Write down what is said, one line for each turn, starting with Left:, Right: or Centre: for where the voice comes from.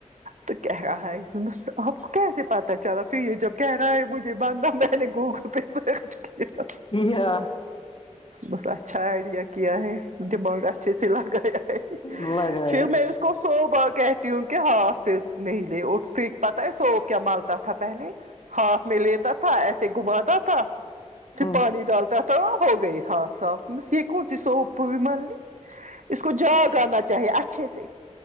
Right: تو کہہ رہاہے ایک دن اسسے آپ کو کیسے پتا چلا پھر یہ جب کہہ رہا ہے مجھے بندھا میں نے گوگل پہ سرچ کیا
Left: جی ہاں
Right: بس اچھا آئیڈیا کیا ہے دماغ اچھے سے لگایا ہے
Left: لگایا
Right: پھر میں اس کو سوب کہتی ہوں کہ ہاتھ پھر نہیں لے اٹ پھر پت ہے سوب کیا مالتا تھا پہلے ہاتھ میں لیتا تھا ایسے گھماتا تھا پھر
Left: ہوں
Right: پانی ڈالتا تھا ہو گںی ہاں صاف یہ کونسی سوپ مل اس کو جاگ آنا چاہیے اچھے سے